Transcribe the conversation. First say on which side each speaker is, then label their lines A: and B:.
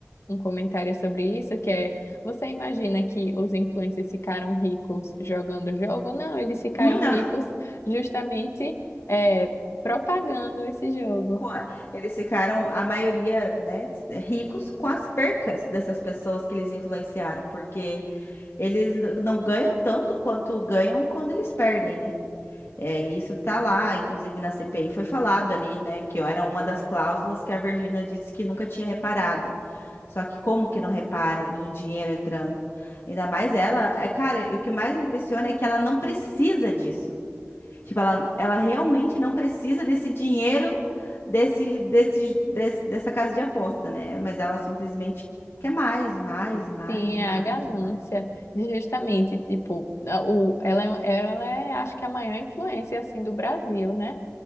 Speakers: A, on the left; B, on the left.
A: um comentário sobre isso, que é, você imagina que os influencers ficaram ricos jogando o jogo? Não, eles ficaram
B: Hum, não.
A: ricos justamente é, propagando esse jogo.
B: com a- Eles ficaram, a maioria, né, é, ricos com as percas dessas pessoas que eles influenciaram, porque eles n- não ganham tanto quanto ganham quando eles perdem, né? É, isso tá lá, inclusive na CPI foi falado ali, né, que era uma das cláusulas que a Virgínia disse que nunca tinha reparado. Só que como que não repara do dinheiro entrando? Ainda mais ela, é, cara, e o que mais me impressiona é que ela não precisa disso. Tipo, ela, ela realmente não precisa desse dinheiro desse, desse, desse- dessa casa de aposta, né? Mas ela simplesmente quer mais e mais e mais
A: Sim,
B: e
A: é
B: mais
A: a ganância
B: e mais.
A: de justamente, tipo, a- o, ela, é- ela é, acho que a maior influência, assim, do Brasil, né?